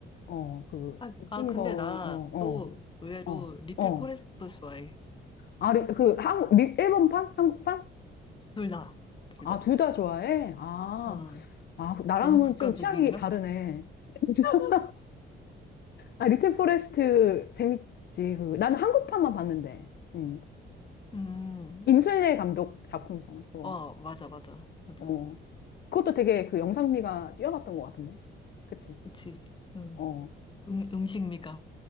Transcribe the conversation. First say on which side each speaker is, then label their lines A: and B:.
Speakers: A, on the left; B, on the left.
A: 어, 그,
B: 아,
A: 웃긴
B: 아, 근데
A: 거, 어,
B: 나 또 의외로
A: 어, 어,
B: 리틀
A: 어.
B: 포레스트도 좋아해.
A: 아, 리- 그, 한국, 미, 일본판? 한국판?
B: 둘 다, 둘
A: 아,
B: 다.
A: 둘 다 좋아해? 아,
B: 어,
A: 아, 그 나랑은
B: 너무 극과
A: 좀 취향이
B: 극인가?
A: 다르네. <laughs> 아, 리틀 포레스트 재밌지. 그, 나는 한국판만 봤는데. 음.
B: 음,
A: 임순례 감독 작품이잖아, 그거.
B: 어, 맞아, 맞아, 맞아.
A: 어. 그것도 되게 그 영상미가 뛰어났던 것 같은데. 그치?
B: 그치. 음,
A: 어.
B: 음, 음식 미가.